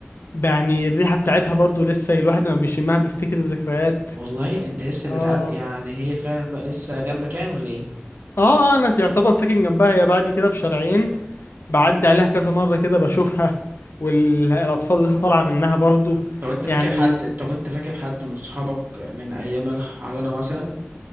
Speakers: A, on the left; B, on the right.
A: يعني الريحة بتاعتها برضو لسه الواحد لما بيشمها بيفتكر الذكريات
B: والله انت لسه
A: اه
B: بتعدي يعني هي فعلا بقى لسه جنبك يعني ولا ايه
A: اه اه انا يعتبر ساكن جنبها هي بعدي كده بشارعين بعدي عليها كذا مرة كده بشوفها والأطفال لسه طالعة منها برضو
B: طب انت فاكر
A: يعني
B: حد طب انت فاكر حد من صحابك من ايام الحضانة مثلا